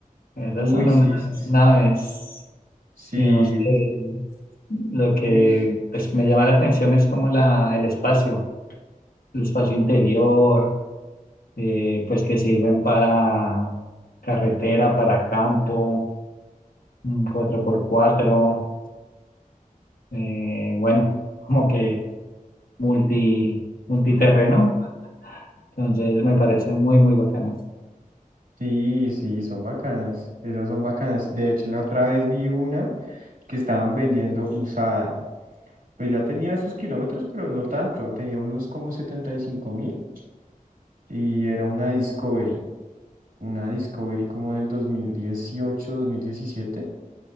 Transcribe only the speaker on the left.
Esas
son
unas
naves
Digamos que lo que
pues, me llama la atención es como la, el espacio, el espacio interior, eh, pues que sirven para carretera, para campo, un 4x4, eh, bueno, como que multi, multiterreno. Entonces me parecen muy, muy bacanas.